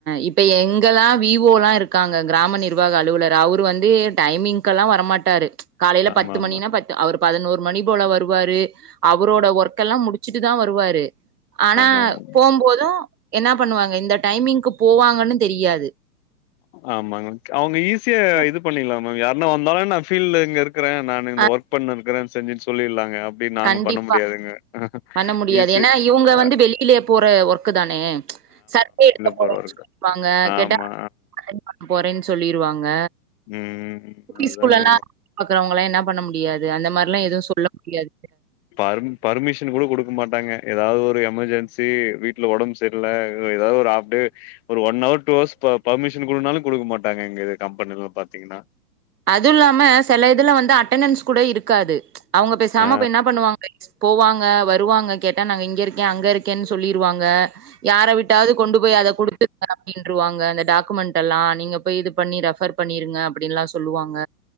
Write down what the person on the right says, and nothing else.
இப்ப எங்கெல்லா வி வோ லா இருக்காங்க கிராம நிர்வாக அலு லுவலர் அவரு வந்து டைமிங்க்கெல்லா வர மாட்டாரு காலையில
பத்து
மணினா பத்து அவரு பதினோரு மணி போல வருவாரு அவரோட ஒர்க்கெல்லா முடிச்சுட்டுதா வருவாரு ஆனா
போம்போது என்ன பண்ணுவாங்க இந்த டைமிங்க்கு போவாங்கன்னு தெரியாது
அ.
அ
கண்டிப்பா.
பண்ண முடியாது.
ஏன்னா, இவுங்க வந்து
வெளியிலே போற ஒர்க்கு தானே சர்வே எடுக்க போறேனு
சொல்லுவாங்க கேட்ட
<inaudible> போறேனு சொல்லிருவாங்க
யூபி
ஸ்கூல்லலாம் பாக்குறவங்கலாம் என்ன பண்ண முடியாது அந்த மாரில்லா எதுவு சொல்ல முடியாது
அது இல்லாம சில இதுல வந்து அட்டணன்ஸ் கூட இருக்காது அவங்க பேசாம
போய் என்ன பண்ணுவாங்க போவாங்க வருவாங்க கேட்டா நாங்க இங்க இருக்கே அங்க இருக்கேனு சொல்லிருவாங்க யார விட்டாவது கொண்டு போய் அத குடுத்துருங்க அப்டின்ருவாங்க அந்த டாக்குமெண்டெல்லா நீங்க போய் இது பண்ணி ரெஃபர் பண்ணிருங்க அப்டின்ல்லா சொல்லுவாங்க